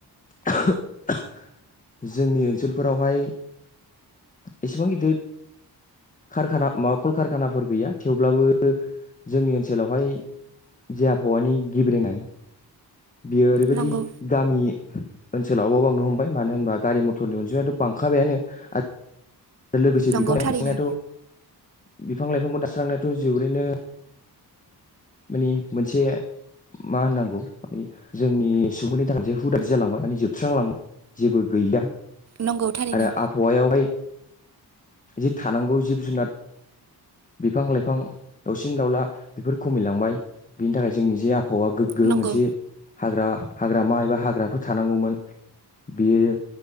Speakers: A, on the left; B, on the right.
A: <unintelligible> जोंनि ओनसोलफोरावहाय एसेबां गिदिर कारखाना माबा कल खारखानाफोर गैया थेवब्लाबो जोंनि ओनसोलावहाय जे आबहावानि गेब्रेनाय। बियो ओरैबायदि
B: नंगौ
A: गामि ओनसोलावबो बांनो हमबाय मानो होनबा गारि मथरनि अनजिमा बिदुंआ बांखाबायानो आरो लोगोसे
B: नंगौ
A: बिफां लाइसिनानो
B: थारैनो
A: थ <unintelligible> स्रांनायाथ जोबोरैनो बिनि माने मोनसे मा होननांगौ मानि जोंनि सुबुंफोरनि थाखाय जे हुदा जालांबाय माने जोबस्रांलांबाय जेबो गैलि
B: नंगौ थारैनो
A: आरो आबहावायावहाय जि थानांगौ जिब जुनाद बिफां लाइफां दाउसिन दाउला बेफोर खमिलांबाय बिनि थाखाय जोंनि जे आफ हवा गोग्गो
B: नंगौ
A: मोनसे बा हाग्रामा एबा हाग्राफोर थानांगौमोन बेयो